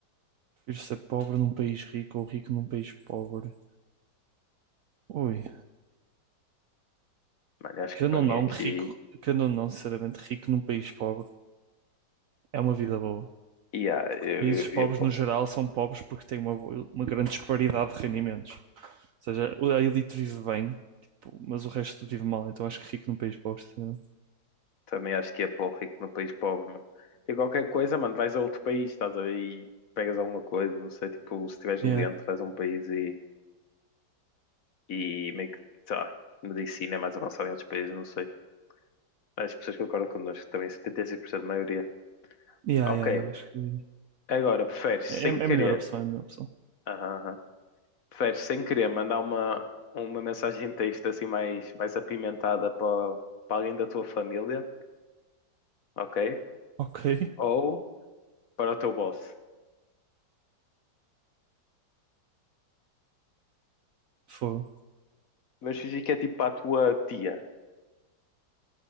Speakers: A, on the right; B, on the left.
A: Prefiro ser pobre num país rico ou rico num país pobre. Ui.
B: Mano, eu acho
A: Querendo
B: que para
A: ou
B: mim
A: não,
B: aqui.
A: rico, querendo ou não, sinceramente, rico num país pobre é uma vida boa.
B: Yeah, eu,
A: Países
B: eu, eu,
A: pobres,
B: ia para
A: no geral, são pobres porque têm uma, bo- uma grande disparidade de rendimentos. Ou seja, a elite vive bem, tipo, mas o resto vive mal. Então acho que rico num país pobre, sinceramente.
B: Também acho que é para o rico num país pobre, mano. E qualquer coisa, mano, vais a outro país, estás a ver? E pegas alguma coisa, não sei, tipo, se estiveres
A: Yeah.
B: doente, vais a um país e, e meio que, sei lá, medicina é mais avançada em outros países, não sei. As pessoas que concordam connosco também, 76% da maioria.
A: Yeah,
B: Ok.
A: yeah, yeah, eu acho que
B: Agora, preferes sem
A: é, é a
B: querer.
A: melhor opção, é a melhor opção.
B: Aham, aham. Preferes, sem querer, mandar uma, uma mensagem de texto assim mais, mais apimentada para, para alguém da tua família, ok?
A: Ok.
B: Ou para o teu boss.
A: Foi.
B: Mas fingir que é tipo para a tua tia.